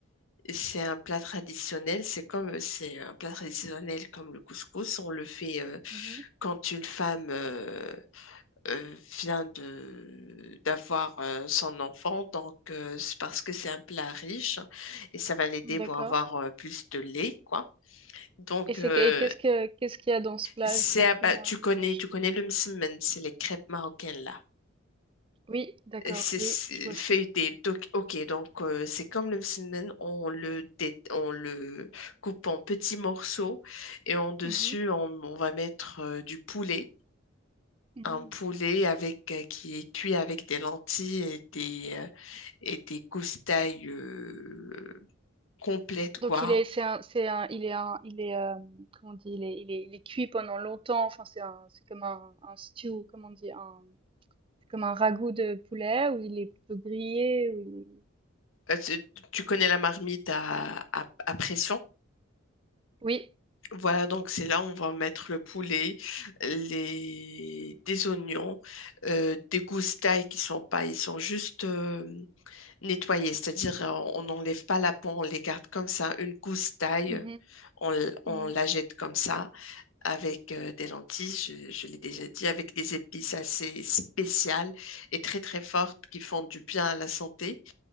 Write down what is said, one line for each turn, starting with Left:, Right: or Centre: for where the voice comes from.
Left: c'est un plat traditionnel, c'est comme euh, c'est un plat traditionnel comme le couscous, on le fait euh,
Right: Mmh
Left: quand une femme euh, euh, vient de d'avoir euh, son enfant, donc euh, c'est parce que c'est un plat riche et ça va l'aider
Right: D'accord
Left: pour avoir euh, plus de lait, quoi. Donc
Right: et c'est
Left: euh,
Right: que et qu'est-ce que qu'est-ce qu'il y a dans ce plat?
Left: c'est
Right: Décris-moi.
Left: à ba- tu connais
Right: Je
Left: tu connais le msemen, c'est les crêpes marocaines là.
Right: oui, d'accord,
Left: C'est
Right: oui,
Left: c'est
Right: je vois
Left: feuilleté.
Right: ce que c'est.
Left: Donc, ok, donc euh, c'est comme le msemen, on le, dé- on le coupe en petits morceaux et en dessus,
Right: Mmh mh.
Left: on, on va mettre euh, du poulet.
Right: Mmh.
Left: Un poulet avec, euh, qui est cuit avec des lentilles et des, euh, et des goustailles euh, complètes,
Right: Donc
Left: quoi.
Right: il est c'est un c'est un il est un il est, hem, comment on dit? Il est il est il est cuit pendant longtemps, enfin c'est un c'est comme un un stew, comment on dit? Un c'est comme un ragoût de poulet ou il est plutôt grillé ou? il est-
Left: Euh, tu, tu connais la marmite à, à, à pression?
Right: Oui.
Left: Voilà, donc c'est là où on va mettre le poulet, les... des oignons, euh, des goustailles qui sont pas, ils sont juste euh, nettoyés, c'est-à-dire euh, on n'enlève pas la peau, on les garde comme ça. Une goustaille,
Right: Mmh mh.
Left: on, l- on
Right: Mmh
Left: la
Right: mh.
Left: jette comme ça avec euh, des lentilles, je, je l'ai déjà dit, avec des épices assez spéciales et très très fortes qui font du bien à la santé.